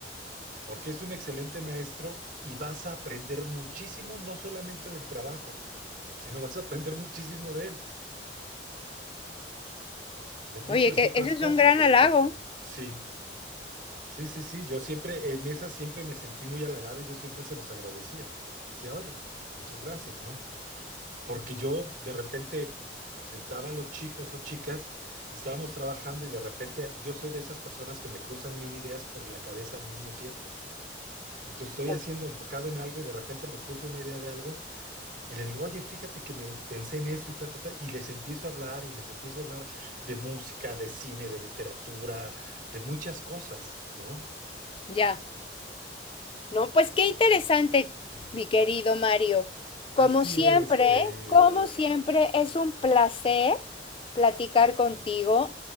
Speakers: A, on the right; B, on the left.
A: porque es un excelente maestro y vas a aprender muchísimo, no solamente del trabajo, sino vas a aprender muchísimo de él, de muchas
B: Oye, que
A: otras
B: eso
A: cosas.
B: es un gran halago.
A: Sí, Sí, sí, sí, yo siempre, en esa siempre me sentí muy halagado y yo siempre se los agradecía. Decía, oye, pues, muchas gracias, ¿no? Porque yo de repente sentaba a los chicos o chicas y estábamos trabajando y de repente yo soy de esas personas que me cruzan mil ideas por la cabeza al mismo tiempo. Entonces estoy
B: O-
A: haciendo enfocado en algo y de repente me cruzo una idea de algo y le digo, oye, fíjate que me pensé en esto y ta, ta, ta, y les empiezo a hablar y les empiezo a hablar de música, de cine, de literatura, de muchas cosas, ¿no?
B: Ya. No, pues qué interesante, mi querido Mario.
A: Así
B: Como siempre,
A: es, querida.
B: como siempre, es un placer platicar contigo.